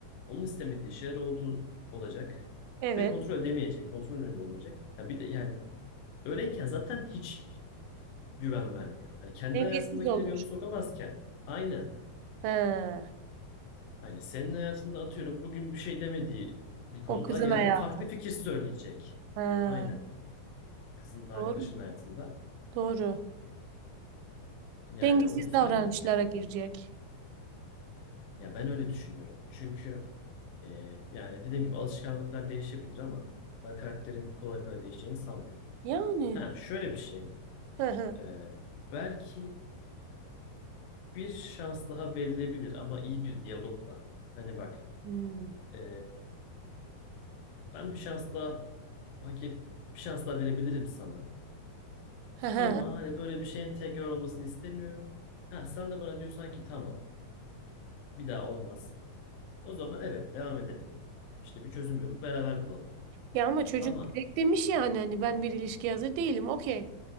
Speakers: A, on the left (about 75°); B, on the right (about 90°).
A: onun istemediği şeyler olduğu olacak
B: evet
A: ve kontrol edemeyecek, kontrol önünde olmayacak. Ya bir de yani öyleyken zaten hiç güven vermiyor. Hani kendi
B: dengesiz
A: hayatındakileri
B: olur
A: yoluna sokamazken aynen
B: He,
A: Hani senin hayatında atıyorum bugün bir şey demediği bir konuda
B: o kızın
A: yarın
B: hayatı
A: farklı fikir söyleyecek.
B: He,
A: Aynen. Kızın arkadaşının
B: doğru
A: hayatında.
B: doğru
A: Yani
B: dengesiz
A: o yüzden
B: davranışlara
A: ya,
B: girecek
A: ya ben öyle düşünüyorum. Çünkü e, yani dediğim gibi alışkanlıklar değişebilir ama ben karakterin kolay kolay değişeceğini sanmıyorum.
B: Yani.
A: Ha şöyle bir şey.
B: Hı hı.
A: e, belki bir şans daha verilebilir ama iyi bir diyalogla. Hani bak
B: Hmm.
A: e, ben bir şans daha hak et, bir şans daha verebilirim sana.
B: Hı hı.
A: Ama hani böyle bir şeyin tekrar olmasını istemiyorum. Ha sen de bana diyorsan ki tamam bir daha olmaz. O zaman evet devam edelim. İşte bir çözüm yolu beraber bulalım.
B: Ya ama çocuk
A: Ama
B: direkt demiş yani hani ben bir ilişkiye hazır değilim. Okey.